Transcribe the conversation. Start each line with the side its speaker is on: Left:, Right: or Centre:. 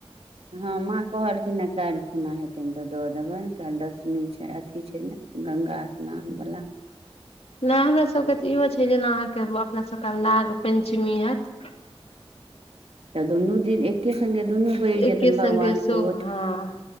Right: हँ, माँ कहलखिन ने काल्हि खुना हेथिन तऽ दऽ देबनि काल्हि दसमी छै। अथि छै ने गंगा स्नानवला
Left: नहि हमरा सभके तऽ इहो छै, जेना अहाँकेँ अपनासभके नाग पञ्चमी होत
Right: तऽ दुनुदिन एक के संगगे दुनू कहि
Left: एके
Right: जेतनि
Left: संगे
Right: भगवानके
Left: सो
Right: ओठ
Left: हँ